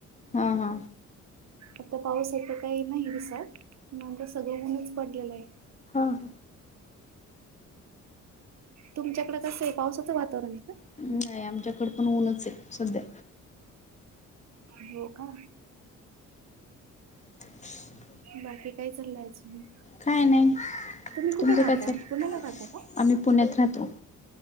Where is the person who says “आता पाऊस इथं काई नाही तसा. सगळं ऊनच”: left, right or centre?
Right